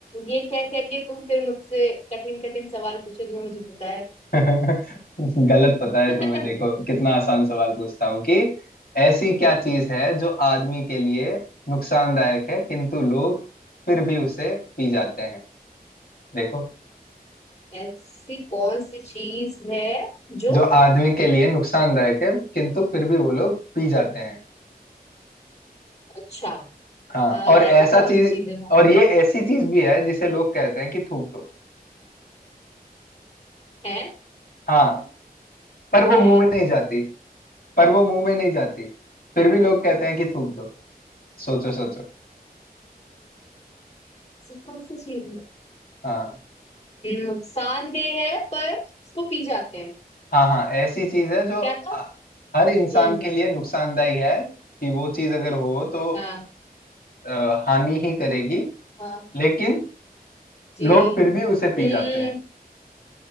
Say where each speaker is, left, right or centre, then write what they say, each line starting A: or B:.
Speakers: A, on the left; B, on the left.
A: ये क्या क्या के तुम फिर मुझसे कठिन कठिन सवाल पूछोगे मुझे पता है
B: <laughs> गलत पता है
A: <laughs>
B: तुम्हें देखो कितना आसान सवाल पूछता हूँ कि ऐसी क्या चीज है जो आदमी के लिए नुकसानदायक है किंतु लोग फिर भी उसे पी जाते हैं देखो
A: ऐसी कौन सी चीज है जो
B: जो आदमी के लिए नुकसानदायक है किंतु फिर भी वो लोग पी जाते हैं
A: अच्छा
B: हाँ
A: आ,
B: और
A: ऐसा
B: ऐसा
A: कौन
B: चीज
A: सी चीज है वहाँ?
B: और ये ऐसी चीज भी है जिसे लोग कहते हैं कि थूक दो
A: है <laughs>
B: हाँ पर वो
A: आ,
B: मुंह में नहीं जाती पर वो मुंह में नहीं जाती फिर भी लोग कहते हैं कि थूक दो सोचो सोचो
A: ऐसी कौन सी चीज है हम्म,
B: हाँ
A: नुकसानदेह है पर इसको पी जाते हैं
B: हाँ हाँ ऐसी चीज है जो
A: क्या था
B: आ, हर इंसान
A: हम्म
B: के लिए नुकसानदायी है कि वो चीज अगर हो तो
A: हाँ
B: अ, हानि ही करेगी
A: हाँ
B: लेकिन
A: जी
B: लोग फिर भी उसे पी
A: हम्म
B: जाते हैं